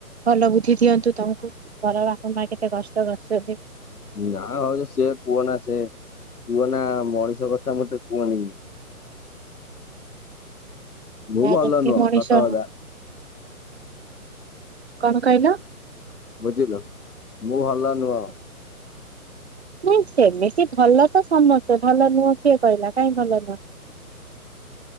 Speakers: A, on the right; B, on the left.
A: ଭଲ ବୁଦ୍ଧି ଦିଅନ୍ତୁ ତମକୁ, ଭଲ ବାପା ମା କେତେ କଷ୍ଟ କରିଚନ୍ତି।
B: ନା ଭାଉଜ ସେ କୁଅ ନା ସେ, କୁଅ ନା ମଣିଷ କଥା ମତେ କୁଅନି। ମୁଁ
A: <unintelligible>
B: ଭଲ ନୁହଁ
A: ମଣିଷ
B: ସତ କଥା।
A: କଣ କହିଲ?
B: ବୁଝିଲ, ମୁଁ ଭଲ ନୁହଁ।
A: <unintelligible> ନାଇଁ ସେମିତି ଭଲ ତ ସମସ୍ତେ, ଭଲ ନୁହଁ କିଏ କହିଲା, କାଇଁ ଭଲ ନୁହଁ?